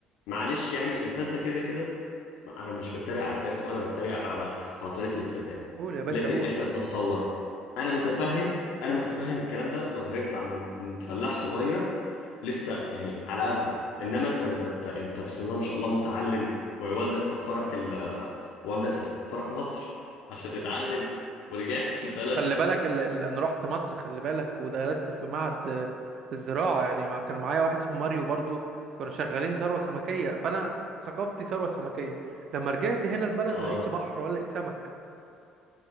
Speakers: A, on the left; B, on the right.
A: معلش يعني الفاس ده كده كده انا مش بتريق على الفاس ولا بتريق على على طريقه الاستخدام
B: قول يا باشا
A: لكن
B: قول
A: احنا بنتطور انا متفهم انا متفهم الكلام ده لو هيطلع من من فلاح صغير لسه يعني على قده انما انت انت انت, انت بسم الله ما شاء الله متعلم ووالدك سفرك ال والدك سفرك مصر عشان تتعلم ورجعت <laughs> البلد
B: خلي بالك ال- ال- انا رحت مصر خلي بالك ودرست في معهد آه، الزراعة يعني ما كان معايا واحد اسمه ماريو برضو كنا شغالين ثروة سمكية فانا ثقافتي ثروة سمكية لما رجعت هنا البلد
A: اه
B: ما لقيتش بحر ولا لقيت سمك